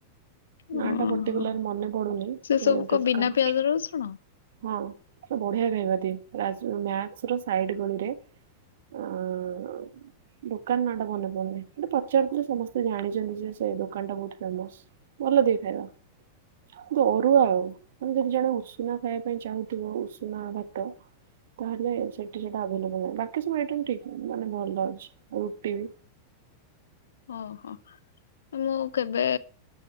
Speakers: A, on the right; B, on the left.
A: ନା
B: ଓହୋ
A: ଟା ପର୍ଟିକୁଲାର ମନେ ପଡୁନି, ସେ
B: ସବୁ
A: ଦୋକାନ
B: କ ବିନା ପିଆଜ ରସୁଣ
A: ହଁ, ସେ ବଢ଼ିଆ ଖାଇବା ଦିଏ, ମ୍ୟାକ୍ସର ସାଇଡ୍‌ ଗଳିରେ। ଟେ, ଆ-ଆ ଦୋକାନ ନାଁ ଟା ମନେ ପଡୁନି, ପଚାରିଦେଲେ ସମସ୍ତେ ଜାଣିଚନ୍ତି, ଯେ ସେ ଦୋକାନ ଟା ବହୁତ ଫେମସ୍‌। ଭଲ ଦିଏ ଖାଇବା। କିନ୍ତୁ ଅରୁଆ ଆଉ, ମାନେ ଯଦି ଜଣେ ଉଷୁନା ଖାଇବା ପାଇଁ ଚାହୁଁଥିବ ଉଷୁନା ଭାତ ତାହେଲେ ସେଠି ସେଟା ଆଭେଲେବଲ ନାହିଁ, ବାକି ସବୁ ଆଇଟମ୍ ଠିକ୍, ମାନେ ଭଲ ଅଛି, ରୁଟି ବି।
B: ଓ ହୋ। ମୁଁ କେବେ